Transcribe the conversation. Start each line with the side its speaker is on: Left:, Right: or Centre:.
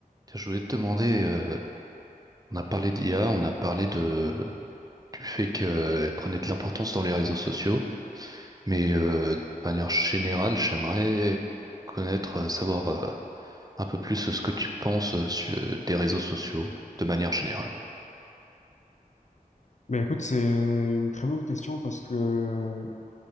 Right: Tiens, Je voulais te demander, euh, on a parlé d'IA, on a parlé de, du fait qu'elle prenait de l'importance dans les réseaux sociaux, mais euh, de manière générale, j'aimerais connaître, euh, savoir euh, un peu plus ce que tu penses euh, sur- euh, des réseaux sociaux, de manière générale.
Left: Ben écoute, c'est une très bonne question parce que